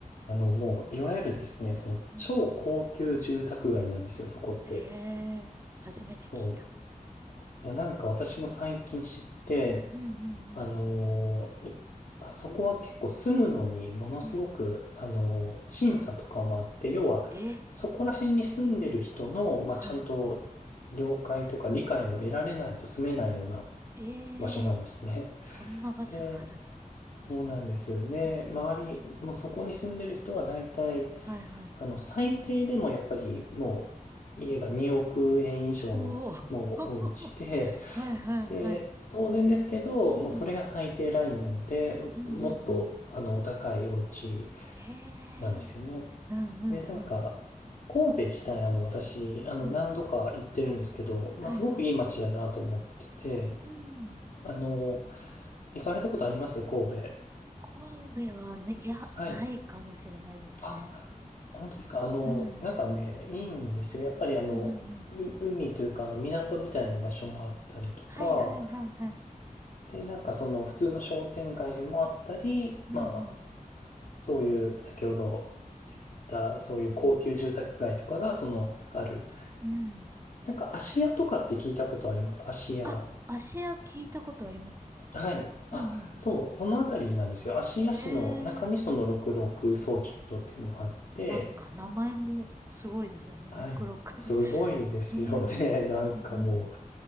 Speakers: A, on the left; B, on the right.
A: あの、もう、いわゆるですね、その、
B: い。うん。
A: 超高級住宅街なんですよ、そこって。
B: ええ初めて聞いた。
A: そう。いや、なんか私も最近知って、
B: うんうんうん。
A: あのー、いあそこは結構住むのにものすごく、
B: うんうん。
A: あのー、審査とかもあって、要は、
B: え
A: そこら辺に住んでる人の、まあ、
B: はい。
A: ちゃんと了解とか理解も得られないと住めないような
B: ええ
A: 場所なんですね。
B: そんな場所があるんだ。
A: で、そうなんです。ね、
B: うんうん。
A: 周り、もうそこに住んでる人は大体、
B: はいはい。
A: あの、最低でもやっぱりもう家が2億円以上のもうお家で、
B: おお <laughs> はいはいはい。
A: で、当然ですけど、もうそれが最低ラインなので、
B: うん。
A: ももっとあの、
B: うんうんうん。
A: お高いお家
B: へえ。
A: なんですよね。
B: うんうんうん。
A: で、なんか、神戸自体あの、私、あの、
B: うん。
A: 何度か行ってるんですけど、まあ、
B: はいはい。
A: すごくいい街だなと思ってて、
B: うん。
A: あの、行かれたことあります神戸。
B: 神戸はね、いや、
A: はい。
B: ないかもしれないですね。
A: あ本当ですかあの、
B: うん。
A: なんかね、いいんですよ。やっぱりあの、
B: うんうんうん。
A: う海というか、あの、港みたいな場所もあったりとか、
B: はいはいはいはい。
A: で、なんかその、普通の商店街もあったり、
B: うんうん。
A: まあ、そういう、先ほど言った、そういう高級住宅街とかが、
B: うんうん
A: その、ある。
B: うん。
A: なんか、芦屋とかって聞いたことあります芦屋。
B: あ、芦屋聞いたことありますね。
A: はい。あ、
B: うんうん。
A: そう、そのあたりなんですよ。芦屋市の中にその、
B: へえ、
A: 六麓総長っていうのがあって、
B: なんか名前もすごいですね。
A: はい。
B: 66。
A: すごいですよね。
B: <laughs> うん。
A: <laughs> なんかも
B: うんうん。